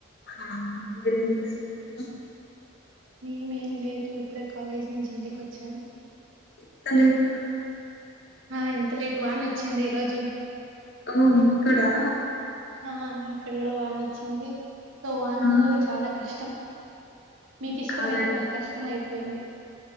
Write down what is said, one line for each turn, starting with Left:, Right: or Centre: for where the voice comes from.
Left: ఆ మీరేం చేస్తున్నారు
Right: మేమేం లేదు ఇప్పుడే కాలేజీ నుంచి ఇంటికి వచ్చాం
Left: ఇంత లెటా
Right: ఆ ఇంత లేటు వాన వచ్చింది ఈ రోజు
Left: అ ఓక్కడా
Right: ఆ ఇక్కడ కూడా వాన్ వచ్చింది సో వాన్లో
Left: మ్మ్
Right: చాలా కష్టం మీకు ఇష్టమయితే
Left: కరెక్ట్
Right: మాకు కష్టం అయిపోయింది